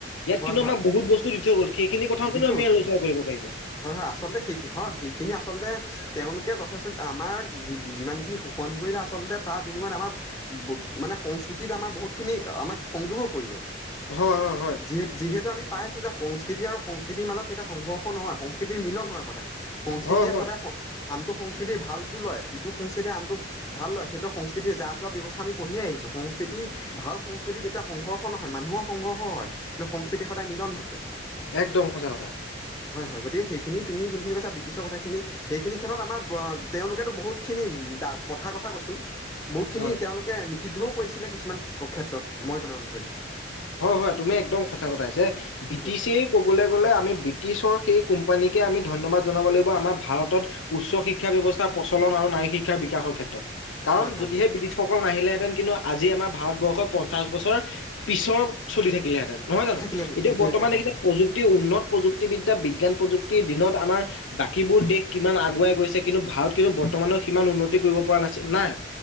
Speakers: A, on the left; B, on the left.
A: ইয়াত
B: হয়
A: কিন্তু
B: হয়
A: আমাক বহু বস্তু দি থৈ গ'ল সেইখিন কথাও
B: দি
A: কিন্তু
B: থৈ
A: আমি
B: গৈছে
A: আলোচনা
B: দি থৈ গৈছে
A: কৰিব পাৰিব
B: হয় হয় আচলতে সেই হয় সেইখিনি আচলতে তেওঁলোকে যথেষ্ট আমাৰ যি যিমানখিনি কণগোইলা আচলতে তাৰ বিনিময়ত আমাৰ মানে সংস্কৃতিত আমাৰ বহুতখিনি আমাক সংযোগো কৰিলে
A: হয় হয় হয়
B: যিহে যিহেতু আমি পাইছো যে সংস্কৃতি আৰু সংস্কৃতিৰ মাজত কেতিয়া সংঘৰ্ষ নহয় সংস্কৃতিৰ মিলন হয় সদায় সংস্কৃতিয়ে
A: হয় হয়
B: সদায় আনটো সংস্কৃতিৰ ভালটো লয় ইটো সংস্কৃতিয়ে আনটো ভাল লয় সেইটো সংস্কৃতিৰ যাহ যোৱা ব্যৱস্থা আমি পঢ়িয়ে আহিছো সংস্কৃতি ভাল সংস্কৃতি কেতিয়াও সংঘৰ্ষ নহয় মানুহৰ সংঘৰ্ষ হয় কিন্তু সংস্কৃতিৰ সদায় মিলন ঘটে
A: একদম সঁচা কথা।
B: হয়, হয়, গতিক সেইখিনি তুমি যোনখিনি কৈছা ব্ৰিটিছৰ কথা খিনি। সেইখিনি ক্ষেত্ৰত আমাৰ তেওঁলোকেতো বহুত খিনি দা প্ৰথাৰ কথা কৈছোঁ। বহুতখিনি
A: হয়।
B: তেওঁলোকে নিষিদ্ধও কৰিছিলে, কিছুমান ক্ষেত্ৰত মই জনা অনুসৰি।
A: হয়, হয়, তুমি একদম সঁচা কথা কৈছা,
B: হয়
A: ব্ৰিটিছেই
B: হয়
A: ক'বলৈ গ'লে আমি ব্ৰিটিছৰ সেই কোম্পানীকে আমি ধন্যবাদ জনাব লাগিব, আমাৰ ভাৰতত উচ্চ শিক্ষা ব্যৱস্থা প্ৰচলন আৰু নাৰী শিক্ষাৰ বিকাশৰ ক্ষেত্ৰত। কাৰণ
B: হয় হয়
A: যদিহে
B: হয়
A: ব্ৰিটিছসকল নাহিলেহেঁতেন কিন্তু, আজি আমাৰ ভাৰতবৰ্ষৰ পঞ্চাশ বছৰ পিছৰ চলি থাকিলেহেঁতেন। নহয় জানো?
B: থাকিলেহেঁতেন
A: এতিয়া
B: থাকিলেহেঁতেন
A: বৰ্তমান
B: হয়
A: এইকিটা
B: হয়
A: প্ৰযুক্তি, উন্নত প্ৰযুক্তি ক্তিবিদ্যা, বিজ্ঞান প্ৰযুক্তিৰ দিনত আমাৰ বাকীবোৰ দেশ কিমান আগুৱাই গৈছে। কিন্তু ভাৰত কিন্তু বৰ্তমানেও সিমান উন্নতি কৰিব পৰা নাছিল, নাই।